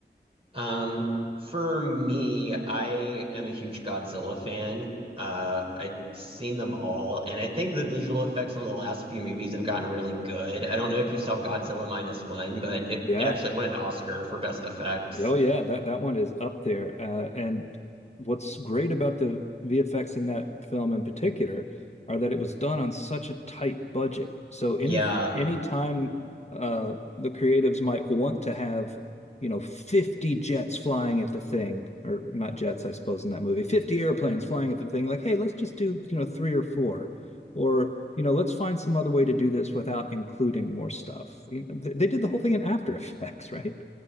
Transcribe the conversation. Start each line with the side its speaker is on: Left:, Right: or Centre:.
Right: Um, for me, I am a huge Godzilla fan. Uh, I've seen them all, and I think the visual effects on the last few movies have gotten really good. I don't know if you saw Godzilla Minus One, but it,
Left: Yeah.
Right: it actually won an Oscar for best effects.
Left: Oh yeah, that that one is up there. Uh, and what's great about the VFX in that film in particular are that it was done on such a tight budget. So any
Right: Yeah.
Left: any time uh, the creatives might want to have, you know, 50 jets flying at the thing, or not jets, I suppose, in that movie, 50 airplanes flying at the thing, like, hey, let's just do, you know, three or four, or you know, let's find some other way to do this without including more stuff. You know, they, they did the whole thing in After Effects, <laughs> right?